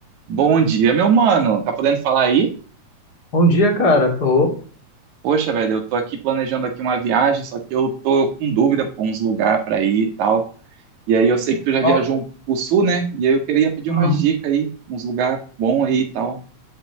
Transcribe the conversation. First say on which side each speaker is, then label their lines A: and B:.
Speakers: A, on the right (about 80°); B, on the left (about 35°).
A: Bom dia, meu mano. Tá podendo falar aí?
B: Bom dia, cara. Tô.
A: Poxa, velho, eu tô aqui planejando aqui uma viagem, só que eu tô com dúvida por uns lugares pra ir e tal. E aí eu sei que tu já viajou
B: Ó,
A: pro sul, né? E aí eu queria pedir
B: aham.
A: umas dicas aí, uns lugares bons aí e tal.